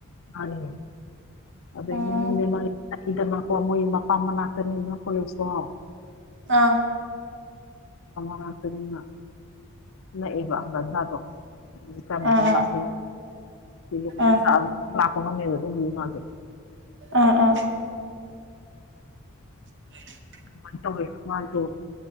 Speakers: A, on the left; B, on the right.
A: ꯃꯥꯅꯤ ꯑꯩꯗꯤꯗꯤꯗꯅꯀꯣ
B: ꯎꯝ
A: ꯃꯣꯏ ꯃꯄꯥꯝꯕꯅꯥꯀꯅꯤꯅꯣ ꯄꯨꯁꯣ ꯑ
B: ꯑꯥ
A: ꯃꯛꯇꯅ ꯅꯛꯑꯦꯕ ꯑꯖꯗꯣ ꯑꯗꯨ ꯀꯅ ꯑꯗꯨꯝ
B: ꯑꯥ ꯑꯥ
A: ꯂꯥꯛꯄꯤ <unintelligible>
B: ꯑꯥ
A: ꯂꯛꯀꯗꯕꯅꯦ ꯃꯗꯣ
B: ꯑꯥ ꯑꯥ <inaudible>
A: ꯑꯗꯨꯃꯥꯏꯅ ꯇꯧꯋꯦ